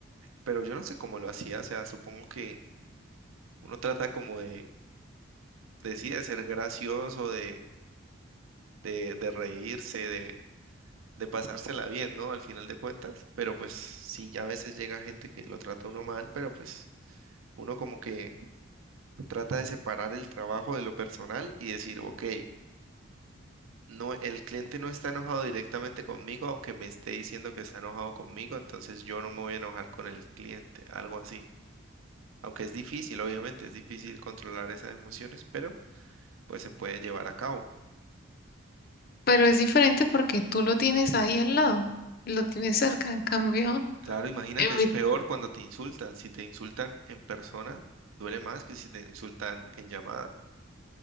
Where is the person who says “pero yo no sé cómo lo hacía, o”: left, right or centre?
Right